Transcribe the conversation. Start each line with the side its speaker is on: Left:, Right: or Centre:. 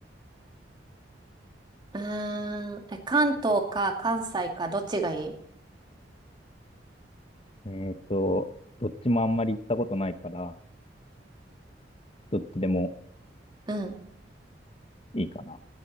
Right: うーん。え、関東か関西かどっちがいい
Left: えっと、どっちもあんまり行ったことないから、どっちでも
Right: うん。
Left: いいかな。